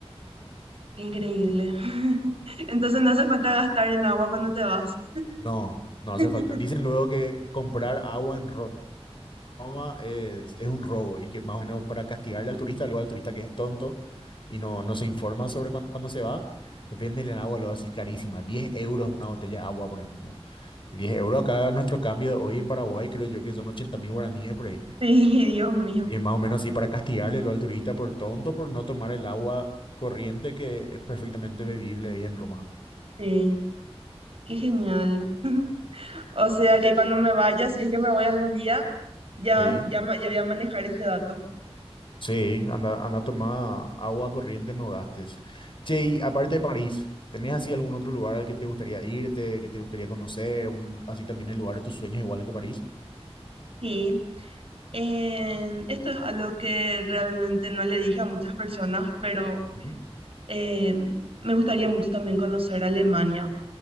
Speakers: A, on the right (about 60°); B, on the left (about 50°).
A: Increíble. <laughs> Entonces no hace falta gastar en agua cuando te vas.
B: No, no hace
A: <laughs>
B: falta. Dicen luego que comprar agua en Ro- Roma es, es un robo y que más o menos para castigarle al turista, luego al turista que es tonto y no, no se informa sobre cuándo, cuándo se va, venden el agua luego así carísima. diez euros una botella de agua, por ejemplo. diez euros acá nuestro cambio de hoy en Paraguay, creo yo que son ochenta mil guaraníes por ahí.
A: Sí, Dios mío.
B: Y es más o menos así para castigarle luego al turista por tonto, por no tomar el agua corriente que es perfectamente bebible ahí en Roma.
A: Sí, qué genial. <laughs> O sea que cuando me vaya, si es que me voy algún día, ya,
B: Sí.
A: ya, ma- ya voy a manejar este dato.
B: Sí, anda, anda a tomar agua corriente, no gastes. Che, y aparte de París, ¿tenés así algún otro lugar al que te gustaría irte, que te gustaría conocer? Un- así también el lugar de tus sueños, igual que París.
A: Sí, en- esto es algo que realmente no le dije a muchas personas, pero
B: Ujú.
A: Eh, me gustaría mucho también conocer Alemania,